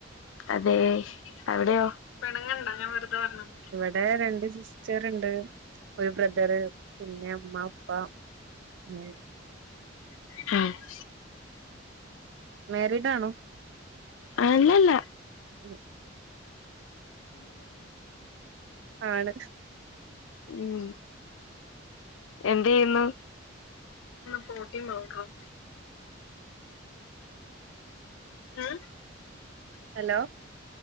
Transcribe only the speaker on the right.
ഇടെ രണ്ട് സിസ്റ്റർണ്ട്, ഒരു ബ്രദറ്, പിന്നെ അമ്മ, അപ്പ. <unintelligible>
മേരീഡ് ആണോ?
ഉം ആണ്.
ഹലോ